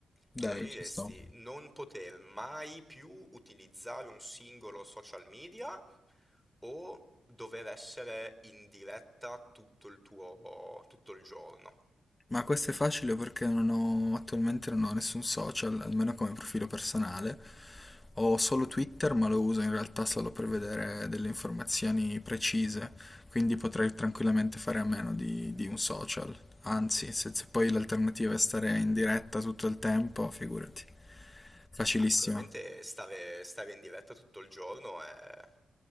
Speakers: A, on the left; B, in the centre.
A: dai,
B: Tu preferiresti
A: ci sto.
B: non poter mai più utilizzare un singolo social media o dover essere in diretta tutto il tuo, tutto il giorno?
A: Ma questo è facile perché non ho, attualmente non ho nessun social, almeno come profilo personale. Ho solo Twitter, ma lo uso in realtà solo per vedere delle informazioni precise, quindi potrei tranquillamente fare a meno di, di un social. Anzi, se, se poi l'alternativa è stare in diretta tutto il tempo, figurati. Facilissima.
B: Ah, sicuramente stare, stare in diretta tutto il giorno è